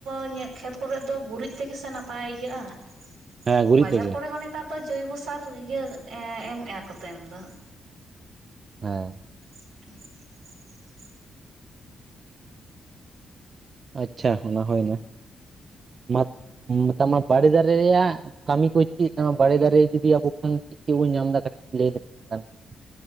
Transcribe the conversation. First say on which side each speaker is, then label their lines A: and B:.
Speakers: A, on the right; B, on the right.
A: ᱛᱚ ᱠᱷᱮᱛ ᱠᱚᱨᱮᱮᱫ ᱫᱚ ᱜᱩᱨᱤᱡ ᱛᱮᱜᱮᱮᱥᱮ ᱱᱟᱯᱟᱭ ᱤᱭᱟᱹᱜᱼᱟ
B: ᱦᱮᱸ ᱜᱩᱨᱤᱡ
A: ᱵᱟᱡᱟᱨ
B: ᱛᱮᱜᱮ
A: ᱠᱚᱨᱮ ᱦᱚᱸ ᱱᱮᱛᱟᱨ ᱫᱚ ᱡᱳᱚᱭᱵᱚ ᱥᱟᱨ ᱤᱭᱟᱹ ᱮᱢᱮᱫᱼᱟ ᱠᱚ ᱛᱟᱭᱚᱢ ᱫᱚ
B: ᱦᱮᱸ
A: <unintelligible>
B: ᱟᱪᱪᱷᱟ ᱚᱱᱟ ᱦᱩᱭᱱᱟ <unintelligible> ᱛ ᱵᱟᱲᱤᱫᱟᱨ ᱨᱮᱭᱟᱜ ᱠᱟᱹᱢᱤ ᱠᱚ ᱪᱮᱫ ᱠᱟᱱᱟ ᱵᱟᱨᱮ ᱫᱟᱨᱮ ᱡᱩᱫᱤ ᱟᱵᱚ ᱠᱷ ᱪᱮᱫ ᱪᱮᱫ ᱵᱚᱱ ᱧᱟᱢ ᱮᱟ ᱠᱟᱹᱴᱤᱡ ᱞᱟᱹᱭ ᱞᱮᱠᱷ ᱜᱟᱱ ᱠᱚᱜᱼᱟ